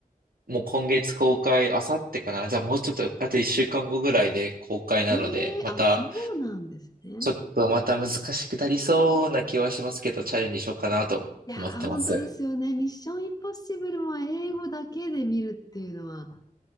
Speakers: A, on the right; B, on the left.
A: もう今月公開、あさってかな。じゃあもうちょっと、あと一週間後ぐらいで公開なので、
B: えー、
A: また、
B: あ、そうなんですね。
A: ちょっとまた難しくなりそうな気はしますけど、チャレンジしようかなと思ってます。
B: いやー、本当ですよね。ミッションインポッシブルは英語だけで見るっていうのは、